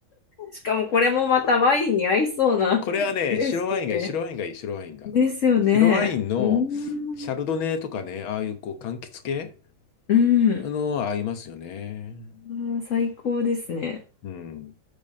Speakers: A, on the left; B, on the left.
A: しかもこれもまたワインに合いそうな
B: これはね、
A: <laughs> レシピで。
B: 白ワインがいい、白ワインがいい、白ワインが。
A: ですよね。
B: 白ワインのシャルドネとかね、
A: うーん。
B: ああいうこう、柑橘系
A: うん。
B: の合いますよね。
A: あー最高ですね。
B: うん。